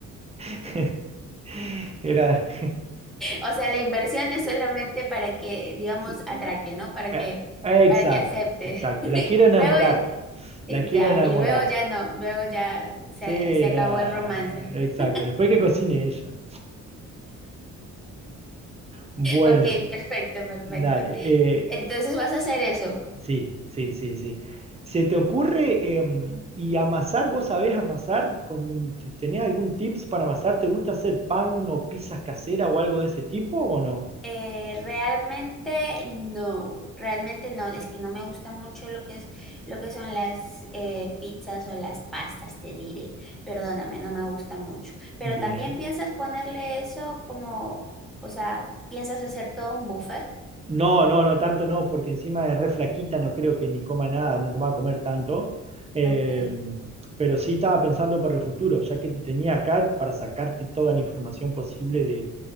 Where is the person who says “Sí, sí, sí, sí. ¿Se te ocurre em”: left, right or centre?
Right